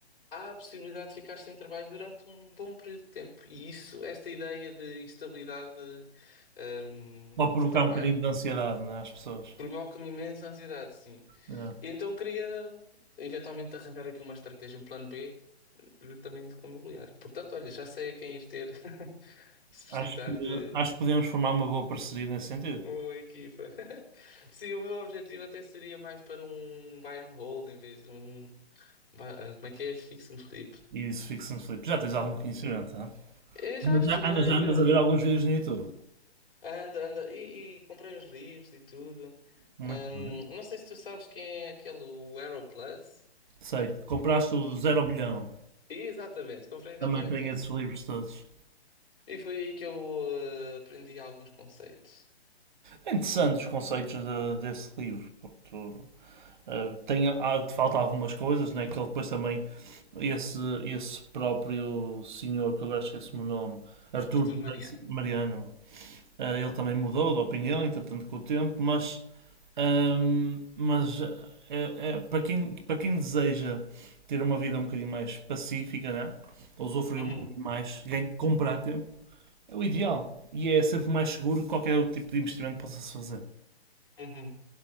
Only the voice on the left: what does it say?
há a possibilidade de ficar sem trabalho durante um bom período de tempo. E isso, esta ideia de instabilidade hum,
de
trabalho,
provoca-me imensa ansiedade, sim.
E então queria eventualmente arranjar aqui uma estratégia, um plano B, justamente com o imobiliário. Portanto, olha, já sei a quem ir ter <laughs> se precisar
de
uma equipa. <laughs> Sim, o meu objetivo até seria mais para um buy and hold em vez de um. ba- eh, Como é que é? Fix and flip.
Eu já
estudei,
eh,
anda, anda, e, e comprei uns livros e tudo.
Hum,
não sei se tu sabes quem é aquele o Aeroplus.
Exatamente, comprei exatamente
esse.
E foi aí que eu eh, aprendi alguns conceitos.
Arthur Mariano.
Uhum,
uhum.